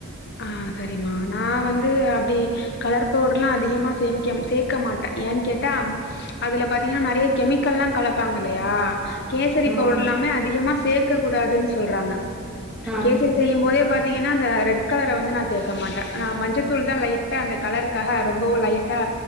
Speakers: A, on the left; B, in the centre.
A: ஆஹ் சரிம்மா நான் வந்து அப்படி கலர் பவுடர்ல்லாம் அதிகமா சேமிக்க சேக்க மாட்டேன் ஏன்னு கேட்டா அதில் பாத்திங்கன்னா நறைய கெமிக்கலாம் கலப்பாங்க இல்லையா கேசரி
B: ம்
A: பவுடர் எல்லாமே அதிகமா சேக்க கூடாதுன்னு சொல்றாங்க
B: ஆ
A: கேசரி
B: ம்
A: செய்யும் போதே பாத்தீங்க என்ன ரெட் கலர வந்து நான் சேக்க மாட்டேன் நான் மஞ்சத்தூள் தான் லைட்டா அந்த கலருக்காக ரொம்பவும் லைட்டா